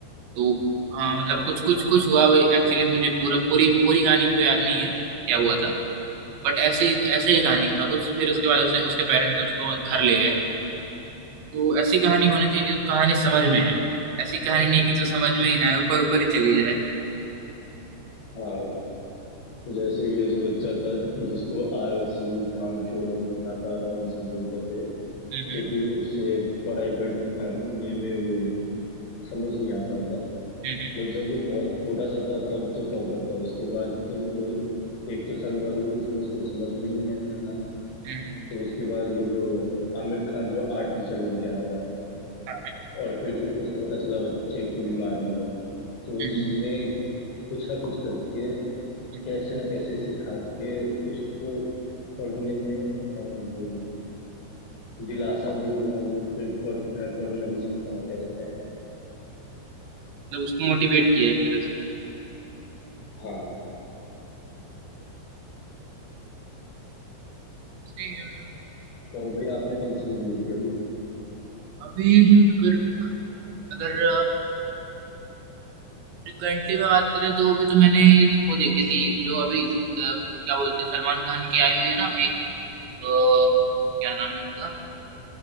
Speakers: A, on the right; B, on the left.
A: तो हाँ मतलब कुछ कुछ कुछ हुआ एक्चुअली मुझे पूरा पूरी पूरी कहानी तो याद नहीं है क्या हुआ था बट ऐसे ऐसे ही कहानी था कुछ फिर उसके बाद उसने उसके पेरेंट्स ने उसको घर ले गए तो ऐसी कहानी होनी चाहिए जो कहानी समझ में आए ऐसी कहानी नहीं कि जो समझ में ही ना आए ऊपर ऊपर ही चली जाए
B: हाँ भाई। जैसे ये जो बच्चा था जिसको आलसी कामचोर और नाकारा ये सब बोलते थे क्योंकि
A: हम्म
B: उससे पढ़ाई करने में वो समझ नहीं आता था
A: हम्म
B: मतलब जब वो बहुत छोटा सा था तब तो टॉपर था उसके बाद तो मतलब एक दो साल बाद उसको उसको समझ में ही नहीं आने लगा
A: हम्म हम्म
B: तो उसके बाद ये जो आमिर खान जो आर्ट टीचर बन के आया
A: हम्म, हाँ,
B: और फिर उसको पता चला बच्चे को बीमारी है तो
A: हम्म
B: उसने कुछ ना कुछ करके
A: हम्म।
B: कैसे न कैसे सिखा के उसको पढ़ने में अ, वो दिलासा भी दिया और फिर पढ़, अ, पढ़ना भी सिखाया कैसे तैयार
A: मतलब उसको मोटिवेट किया एक तरह से
B: हाँ
A: ठीक है
B: और भाई आपने कौन सी मूवी देखी अभी
A: अभी अगर अगर फ्रिक्वेंटली में बात करें तो अभी तो मैंने वो देखी थी जो अभी अ, क्या बोलते हैं सलमान खान की आई हुई है ना एक अ, क्या नाम है उसका